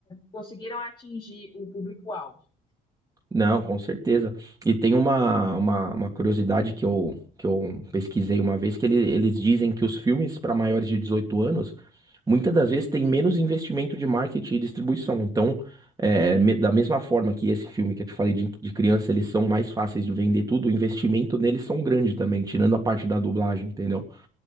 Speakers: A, on the left (about 25°); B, on the right (about 20°).
A: Conseguiram atingir o público-alvo.
B: Não, com certeza. E tem uma, uma, uma curiosidade que eu, que eu pesquisei uma vez, que ele, eles dizem que os filmes para maiores de 18 anos, muitas das vezes, têm menos investimento de marketing e distribuição. Então, é, me- da mesma forma que esse filme que eu te falei de, de criança, eles são mais fáceis de vender tudo, o investimento neles são grande também, tirando a parte da dublagem, entendeu?